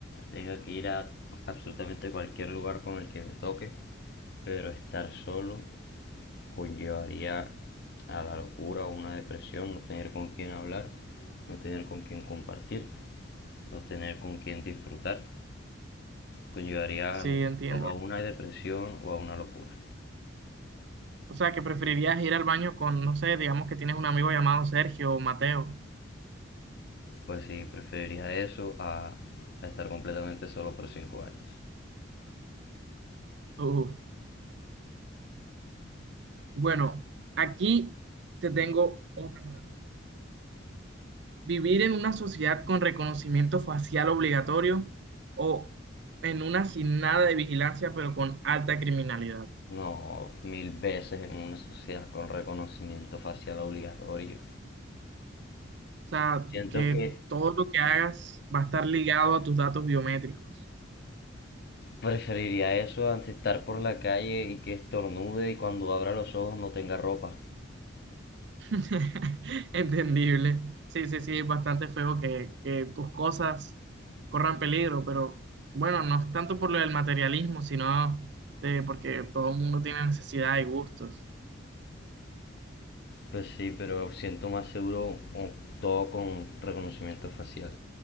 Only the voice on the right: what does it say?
Sí,
entiendo.
O sea, que preferirías ir al baño con, no sé, digamos que tienes un amigo llamado Sergio o Mateo.
Uf. Bueno, aquí te tengo otra para ti. Vivir en una sociedad con reconocimiento facial obligatorio o en una sin nada de vigilancia, pero con alta criminalidad. O
sea,
que
todo lo que hagas va a estar ligado a tus datos biométricos.
<laughs> Entendible. Sí, sí, sí, es bastante feo que, que tus cosas corran peligro, pero bueno, no es tanto por lo del materialismo, sino de porque todo el mundo tiene necesidad y gustos.